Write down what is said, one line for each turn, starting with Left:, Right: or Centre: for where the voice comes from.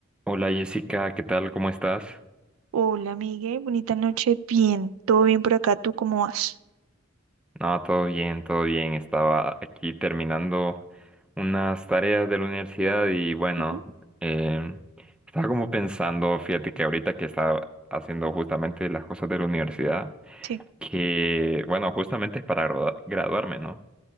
Centre: Hola Jessica, ¿qué tal? ¿Cómo estás?
Right: Hola, Miguel. Bonita noche. Bien, todo bien por acá. ¿Tú cómo vas?
Centre: No, todo bien, todo bien. Estaba aquí terminando unas tareas de la universidad y bueno,
Right: Ujú.
Centre: em, estaba como pensando, fíjate que ahorita que estaba haciendo justamente las cosas de la universidad,
Right: Sí,
Centre: que bueno, justamente es para gradua- graduarme, ¿no?